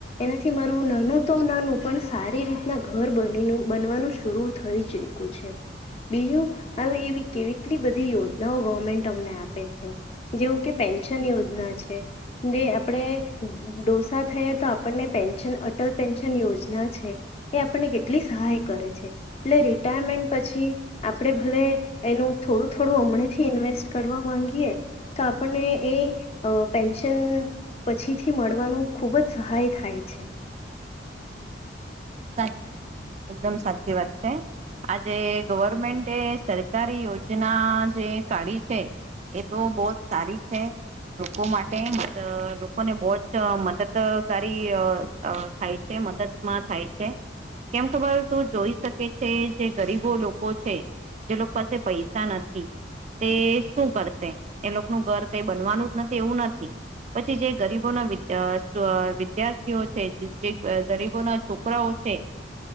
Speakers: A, on the left (about 35°); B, on the right (about 40°).
A: એનાથી મારું નાનું તો નાનું પણ સારી રીતના ઘર બની બનવાનું શરૂ થઈ ચૂક્યું છે, બીજું હવે એવી કેવીટલીક બધી યોજનાઓ ગવર્મેન્ટ અમને આપે છે, જેવું કે પેન્શન યોજના છે. જે આપણે ડોસા થઈએ તો આપણને પેન્શન અટલ પેન્શન યોજના છે, એ આપણને કેટલી સહાય કરે છે. એટલે રિટાયરમેન્ટ પછી આપણે ભલે એનું થોડું થોડું હમણાંથી ઇન્વેસ્ટ કરવા માગીએ તો આપણને એ પેન્શન પેન્શન પછીથી મળવાનું ખૂબ જ સહાય થાય છે.
B: સાચી વાત છે. એકદમ સાચી વાત છે. આજે ગવર્મેન્ટ સરકારી યોજના જે કાઢી છે એ તો બહું જ સારી છે લોકો માટે મ લોકોને બહું જ મદદકારી થાય છે, મદદમાં થાય છે કેમ ખબર તું જોઈ શકે છે જે ગરીબો લોકો છે જે લોકો પાસે પૈસા નથી, તે શું કરશે એ લોકોનું ઘર કઈ બનવાનું જ નથી એવું નથી પછી જે ગરીબોના વિદ્યાર્ વિદ્યાર્થીઓ છે જે ગરીબોના છોકરા રાઓ છે